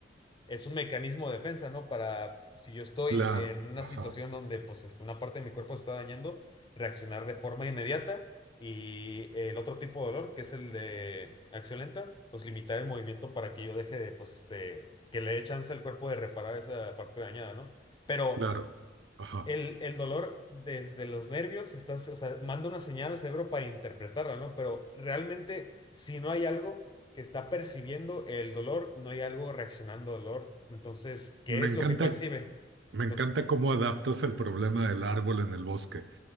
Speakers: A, on the left; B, on the right.
A: es un mecanismo de defensa, ¿no? Para si yo estoy
B: claro,
A: en una
B: ajá,
A: situación donde pues este, una parte de mi cuerpo se está dañando, reaccionar de forma inmediata y el otro tipo de dolor, que es el de acción lenta, pues limitar el movimiento para que yo deje de, pues este, que le dé chance al cuerpo de reparar esa parte dañada, ¿no? Pero
B: claro, ajá.
A: el, el dolor desde los nervios, estás, o sea, manda una señal al cerebro para interpretarla, ¿no? Pero realmente, si no hay algo que está percibiendo el dolor, no hay algo reaccionando al dolor. Entonces, ¿qué
B: Me
A: es
B: encanta,
A: lo que percibe?
B: me encanta
A: Lo,
B: cómo adaptas el problema del árbol en el bosque.